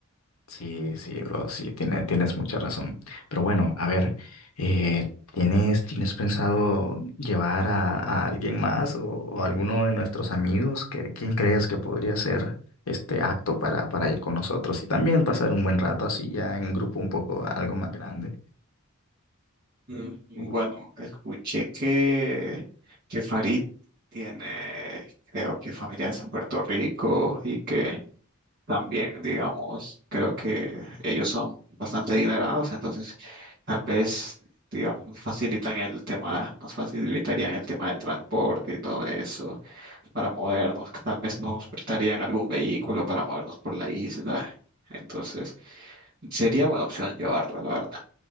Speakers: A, on the left; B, on the right.
A: Sí, sí, bro, sí, tiene- tienes mucha razón. Pero bueno, a ver, eh, ¿tienes, tienes pensado llevar a, a alguien más o, o alguno de nuestros amigos? ¿Qué- quién crees que podría ser este acto para, para ir con nosotros y también pasar un buen rato así ya en un grupo un poco algo más grande?
B: Mm,
A: O,
B: Bueno, escuché que, que Farid tiene, creo que familiares en Puerto Rico y que También, digamos, creo que ellos son bastante adinerados, entonces tal vez, digamos, nos facilitan el tema, nos facilitarían el tema del transporte y todo eso para movernos, que tal vez nos prestarían algún vehículo para movernos por la isla. Entonces, sería buena opción llevarla, la verdad.